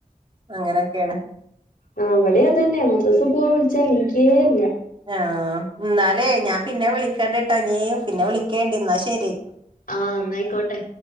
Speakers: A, on the right (about 35°); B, on the left (about 85°).
A: അങ്ങനെയൊക്കെയാണ്
B: ആ അവിടെ അതന്നെ മത്ര ദിവസം പോവാൻ വിളിച്ചാ എനിക്കേ ഇല്ല
A: ആ എന്നാലേ ഞാൻ പിന്നെ വിളിക്കേണ്ടിട്ടാ നീ പിന്നെ വിളിക്കേണ്ടിന്നാ ശെരി
B: ആ എന്നന്നയിക്കോട്ടെ